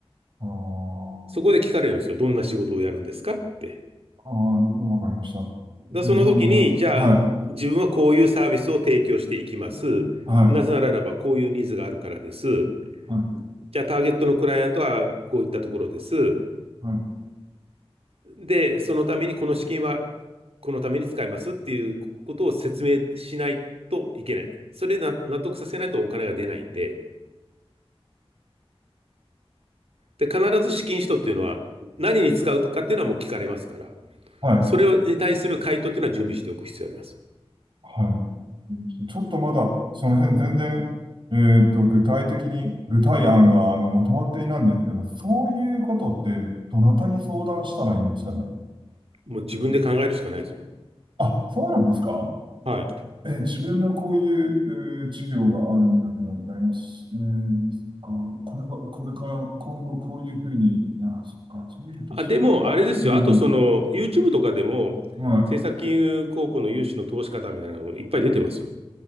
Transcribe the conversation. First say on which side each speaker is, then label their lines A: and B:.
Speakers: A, on the right; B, on the right.
A: あー
B: そこで聞かれるんですよ。どんな仕事をやるんですかって。
A: あー、わかりました。で、
B: だその時に、
A: どんな、
B: じゃあ、
A: は
B: 自分はこういうサービスを提供していきます。
A: い。うんはい。
B: なぜならば、こういうニーズがあるからです。
A: はい。
B: じゃあ、ターゲットのクライアントはこういったところです。
A: はい。
B: で、そのためにこの資金はこのために使いますっていうことを説明しないといけない。それでな納得させないとお金が出ないんで、で、必ず資金使途っていうのは何に使うかっていうのはもう聞かれますから、
A: はい。
B: それに対する回答っていうのは準備しておく必要があります。
A: はい。ちょっとまだ、その辺全然、えーっと、具体的に、具体案が、あの、まとまっていないんですけど、そういうことって、どなたに相談したらいいんですかね。
B: もう自分で考えるしかないですよね。
A: あ、そうなんですか
B: はい。
A: えー自分のこういう、えー事業があるんだけど、ございます。えー、そっか、これが、これから今後こういうふうに、あ、そっか、そういうのと自分で。
B: あ、でも、あれですよ。
A: うん、
B: あと、その、YouTube とかでも、
A: はい。
B: 政策金融高校の融資の投資方みたいなのいっぱい出てますよ。